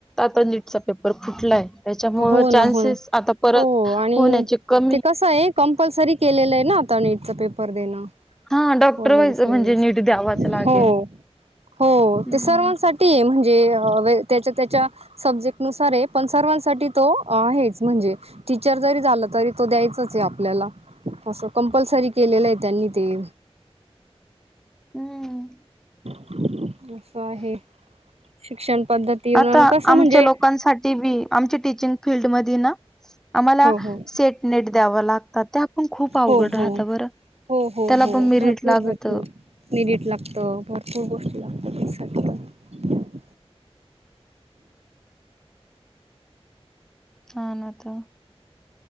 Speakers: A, in the centre; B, on the right.
A: आता नीटचा पेपर फुटलाय त्याच्यामुळे
B: हो ना
A: चान्सेस
B: हो ना
A: आता परत
B: हो आणि
A: होण्याचे कमी
B: ते कसं आहे कंपल्सरी केलेलं आहे ना आता नीटचा पेपर देणं
A: हा डॉक्टर
B: वगैरे
A: व्हायचं
B: सर्व
A: म्हणजे नीट द्यावाच लागेल.
B: हो हो
A: हम्म.
B: ते सर्वांसाठी आहे म्हणजे ज त्याच्या त्याच्या सब्जेक्ट नुसार पण सर्वांसाठी तो आहे म्हण टीच जरी झा तरी तो द्याच आपल्याला कपल्सरी केलेलं आहे त्यांनी ते
A: हम्म.
B: बर आहे शिक्षण पद्धती म्हणून
A: आता
B: कसं
A: आमच्या
B: म्हणजे
A: लोकांसाठी बी आमच्या टीचिंग फीलल्डमध्ये ना आम्हाला
B: हो हो
A: सेट नेट द्याव लागतात ते आपण खूप अवघड
B: हो
A: राहत
B: हो
A: बरं
B: हो हो
A: त्याला
B: हो
A: पण मिरिट
B: भरपूर
A: लागत.
B: भरपूर मेरिट लागत भरपूर गोष्टी लागत पैसा पण
A: हा नाता